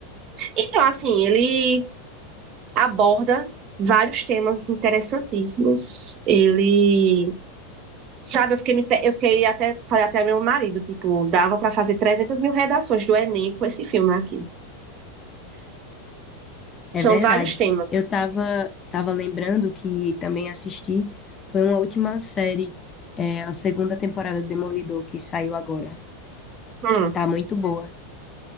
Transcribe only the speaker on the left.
É verdade.
Eu tava, tava lembrando que também assisti. Foi uma última série, é, a segunda temporada do Demolidor que saiu agora.
Tá muito boa.